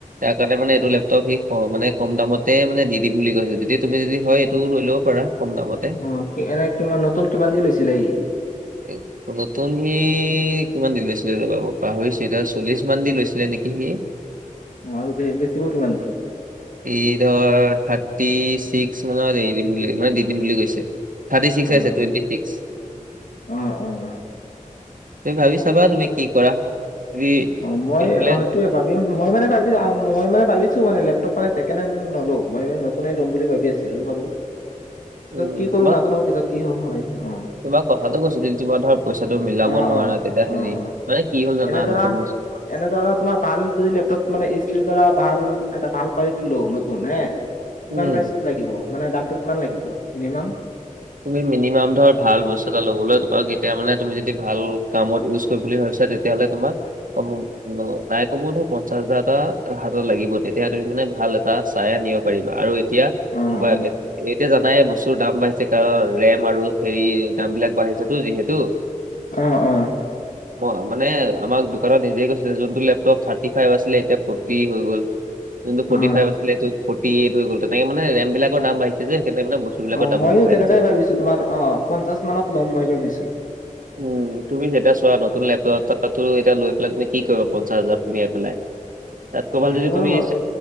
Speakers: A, on the right; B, on the left.
A: সেইকাৰণে মানে এইটো লেপটপ সি মানে কম দামতে মানে দিম বুলি কৈছে, যদি তুমি যদি হয় এইটোও লৈ ল'ব পাৰা, কম দামত।
B: অ, এনে কিমান, নতুন কিমান দি লৈছিলে ই?
A: এক <unintelligible> নতুন সি কিমান দি লৈছিলে ৰবা পাহৰিছোঁ, এতিয়া চল্লিশ মান দি লৈছিলে নেকি সি।
B: অ আৰু বে বেচিব কিমান দি?
A: ই ধৰ থাৰ্টি ছিক্স মানত এৰি দিম বুলি, মানে দি দিম বুলি কৈছে। থাৰ্টি ছিক্স
B: অ
A: আছে টুৱেণ্টি ছিক্স।
B: অ অ
A: তুমি ভাবি চাবা তুমি কি কৰা। যদি
B: অ মই
A: সেইফালে
B: হয় এই টোৱে ভাবিম, মই মানে ভাবিছো, মই মানে ভাবিছো মানে লেপটপ মানে ছেকেণ্ড হেণ্ড নলো, মই নতোন ল'ম বুলি ভাবি আছিলো বাৰু, পিছত
A: উম
B: কি কৰো
A: তোমাক
B: নাজানো পিছত কি হ হয়, অ।
A: তোমাক কথাাতটো কৈছো, <unintelligible> য তোমাৰ ধৰ পইচাটো মিলাব
B: অ
A: নোৱাৰা
B: অ
A: তেতিয়া হেৰি,
B: অ অ
A: মানে কি হ'ল জানা
B: এনে ধৰা
A: নতুন বস্তু
B: এনে ধৰা তোমাৰ ভাল যদি লেপটপ মানে এচ-পিচ ধৰা ভাল এটা ভাল কোৱালিটিৰ লো নতুন, হে কিমান
A: উম
B: প্ৰাইচ লাগিব, মানে দামটো কিমান লাগিব, মিনিমাম?
A: তুমি মিনিমাম ধৰা ভাল বস্তু এটা ল'বলৈ তোমাক এতিয়া মানে তুমি যদি ভাল, কামত ইউজ কৰিম বুলি ভাবিছা তেতিয়া তেতিয়াহলে তোমাক ক নাই কমো ধৰা পঞ্চাশ হাজাৰটা হাতত লাগিব, তেতিয়া তুমি মানে ভাল এটা চাই আনিব পাৰিবা, আৰু এতিয়া,
B: অ অ
A: মোবাইল, এতিয়া জানাই বস্তুৰ দাম বাঢ়ি <unintelligible> কাৰন ৰেম আৰু হেৰি দাম বিলাক বাঢ়িছেতো যিহেতু।
B: অ অ
A: <unintelligible> মই মানে আমাৰ দোকানত নিজেই কৈছিল, যোনটো লেপটপ থাৰ্টি ফাইভ আছিলে, এতিয়া ফটি হৈ গ'ল। যোনটো ফট
B: অ
A: ফাইভ আছিলে এইটো ফৰ্টি এইট হৈ গ'ল, তেনেকে মানে ৰেম বিলাকৰ দাম বাহিছে যে, হেইকাৰনে মানে বস্তু বিাকৰ
B: অ
A: দামো
B: মইয়ো
A: বঢ়াই
B: তেনেকাই
A: দিছে।
B: ভাবিছো তোমাৰ, অ' পঞ্চাশ মানত ল'ম মই ভাবিছো।
A: উম তুমি যেতিয়া চোৱা নতুন লেপটপ তো এ লৈ পেলাই তুমি কি কৰিবা, পঞ্চাশ হাজাৰ সোমিয়াই পেলাই।
B: <inaudible>
A: তাতকৈ ভাল
B: সেইটো
A: যদি
B: বাৰু
A: তুমি
B: হয়
A: <unintelligible>